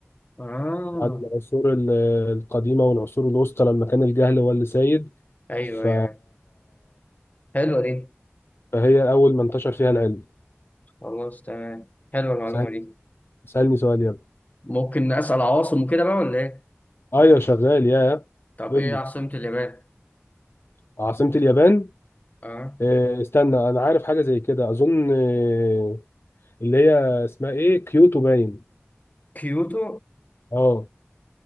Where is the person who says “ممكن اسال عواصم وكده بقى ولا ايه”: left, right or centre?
Left